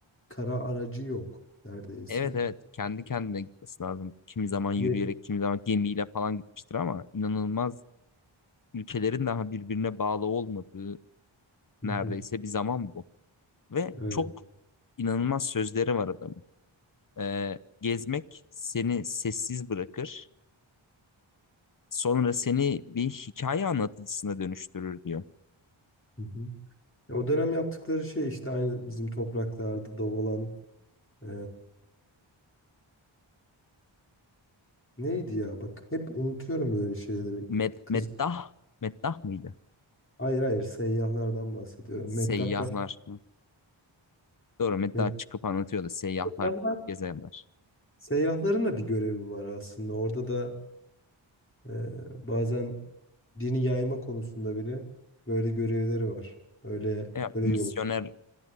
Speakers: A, on the left; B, on the left.
A: kara aracı yok neredeyse.
B: Evet evet kendi kendine gitmesi lazım. Kimi zaman yürüyerek,
A: Ve-
B: kimi zaman gemiyle falan gitmiştir ama inanılmaz ülkelerin daha birbirine bağlı olmadığı
A: Hı
B: neredeyse
A: hı,
B: bir zaman bu. Ve
A: Evet.
B: çok inanılmaz sözleri var adamın. Ee, gezmek seni sessiz bırakır, sonra seni bir hikaye anlatıcısına dönüştürür diyor.
A: hı hı. Ya, O dönem yaptıkları şey işte aynı bizim topraklarda da olan ee, neydi ya bak hep unutuyorum böyle şeyleri.
B: Med
A: Kız
B: meddah, meddah mıydı?
A: hayır hayır seyyahlardan bahsediyorum.
B: Seyyahlar.
A: Meddah Baş
B: Hı. Doğru, meddah
A: Med-
B: çıkıp anlatıyordu seyyahlar,
A: Seyyahlar.
B: gezenler.
A: Seyyahların da bir görevi var aslında. Orada da ee, bazen dini yayma konusunda bile böyle görevleri var. Öyle
B: Ya,
A: öyle
B: misyoner
A: yol